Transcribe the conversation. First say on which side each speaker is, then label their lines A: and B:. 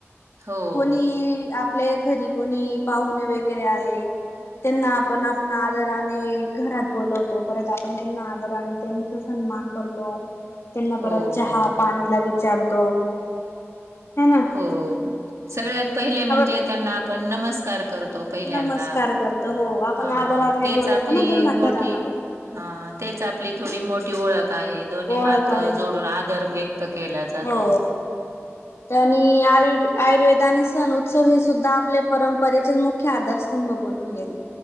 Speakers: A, on the right; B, on the left.
A: हो
B: कोणी आपल्या घरी कोणी पाहुणे वगैरे आले. त्यांना आपण आपण आदराने आणि घरात बोलवतो परत आपण त्यांना आदरने त्यांच मान करतो त्यांना
A: हो
B: परत चहा पाणीला विचारतो. है ना.
A: हो सगळ्यात पहिले
B: आपण
A: म्हणजे त्यांना आपण नमस्कार करतो. पहिल्यांदा
B: नमस्कार करतो हो आपण
A: ह
B: आदराने
A: तेच
B: बोलवतो
A: आपली
B: ना त्यांना
A: मोठी
B: घरामध्ये
A: हा तेच आपली थोडी मोठी ओळख आहे दोन्ही
B: ओळख
A: हात
B: आहे
A: जोडून आदर व्यक्त केला जात.
B: हो
A: तो.
B: आयु आयुर्वेद आणि सण उत्सव हे सुद्धा आपले परंपरेचेच मुख्य आदारस्तंभ बनून घेत.